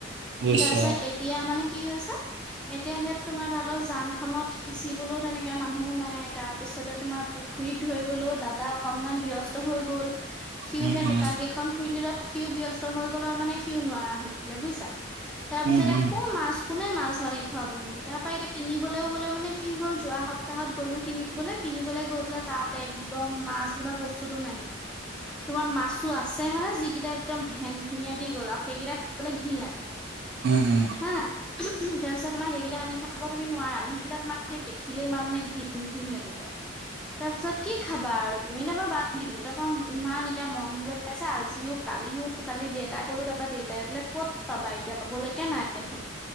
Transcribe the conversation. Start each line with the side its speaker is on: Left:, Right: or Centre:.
Right: বুজিছো
Centre: তাৰ পিছত এতিয়া মানে কি কি হৈছে এতিয়া সে তোমাৰ ততৰ যান খনত সিচিবলৈও তেনেকে মানুহও নাই তাৰ পিছত পিছতে তোমাৰ পুখুৰীত ধৰিবলৈও দাদা অকনমান ব্যস্ত হৈ গল সিউহে
Right: উম উম
Centre: দোকান কেইখন খুলিল সিও ব্যস্ত হৈ গ'লৰ মানে সিও নোৱাৰা হৈ থাকিলে বুইছা। তাৰ পিছতে
Right: উম উম
Centre: কৰ মাছ কোনে মাছ আনি খুৱাবহি তাৰ পৰা এতিয়া কিনিবলৈও গ'লে মানে কি হ'ল যোৱা সপ্তাহত গ'লো কিনিবলৈ- কিনিবলৈ গৈ পেলাই তাত একদম মাছ বোলা বস্তুটো নাই। তোমাৰ মাছ টো আছে মানে যি কেইটা একদম ভেন - ভেনিয়া দি গ'ল আৰু সেইকেইটা খাবলৈ ঘিণ লাগে।
Right: উম -উম
Centre: হা তাৰপিছত তোমাৰ সেইকেইটা আনি খাব তুমি নোৱাৰা নে সেইকেইটা তোমাৰ সেই দেখিলেই তোমাৰ মানে ঘীণ -ঘীণ লাগিব। তাৰপিছত কি খাবা আৰু তুমি তাৰপা দিলো তাৰ পা ইমান এতিয়া মন গৈ আছে আজিও, কালিও কালি দেউতাই কলো তাৰ পা দেউতাই পোলে ক'ত পাবা এতিয়া পাবলৈকে নাই। দেখোন